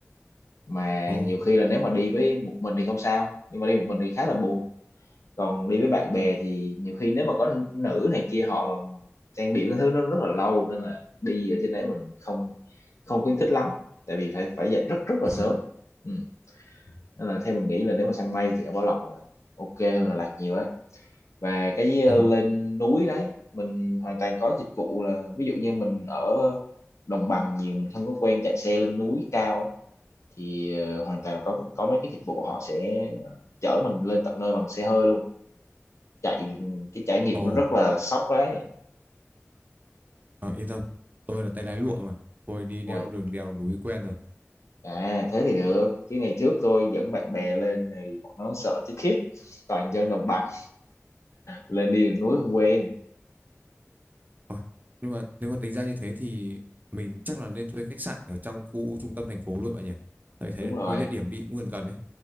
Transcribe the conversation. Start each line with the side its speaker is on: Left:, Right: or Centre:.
Left: mà
Right: ồ
Left: nhiều khi là nếu mà đi với một mình thì không sao nhưng mà đi một mình thì khá là buồn còn đi với bạn bè thì nhiều khi nếu mà có nữ này kia họ mà trang điểm cái thứ nó rất là lâu nên là đi ở trên đấy mình không không khuyến khích lắm tại vì phải phải dậy rất rất là
Right: à
Left: sớm ừ. nên là theo mình nghĩ là nếu mà săn mây thì ở Bảo Lộc là ok hơn là Lạc nhiều đấy và cái ờ,
Right: ừ
Left: lên núi đấy mình hoàn toàn có dịch vụ là ví dụ như mình ở đồng bằng nhiều mình không có quen chạy xe lên núi cao ấy, thì ờ, hoàn toàn là có có mấy cái dịch vụ họ sẽ ờ, chở mình lên tận nơi bằng xe hơi luôn chạy cái trải nghiệm
Right: ồ
Left: nó rất là sốc đấy
Right: à, yên tâm tôi là tay lái lụa mà tôi đi neo
Left: ui
Right: đường đèo núi quen rồi
Left: à thế thì được chứ ngày trước tôi dẫn bạn bè lên thì bọn nó sợ chết khiếp toàn dân đồng bằng lên đi đường núi không quen
Right: Ôi, nhưng mà nếu mà tính ra như thế thì mình chắc là nên thuê khách sạn ở trong khu trung tâm thành phố luôn bạn nhỉ Tại thấy
Left: đúng rồi
Right: mấy địa điểm đi cũng gần gần đấy